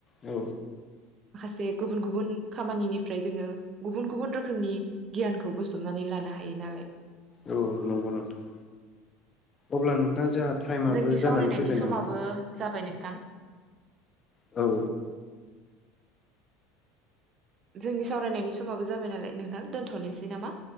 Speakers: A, on the left; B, on the right.
A: औ
B: जे गुबुन गुबुन खामानिनिफ्राय जोङो गुबुन गुबुन रोखोमनि गियानखौ बोजबनानै लानो हायो नालाय
A: औ नंगौ नोंथां अब्ला नोंथां जोंहा टाइमआबो
B: जोंनि सावरायनायनि
A: जानानै फैबाय
B: समाबो
A: नामा
B: जाबाय नोंथां
A: औ
B: जोंनि सावरायनायनि समाबो जाबाय नालाय नोंथां दोनथ'नोसै नामा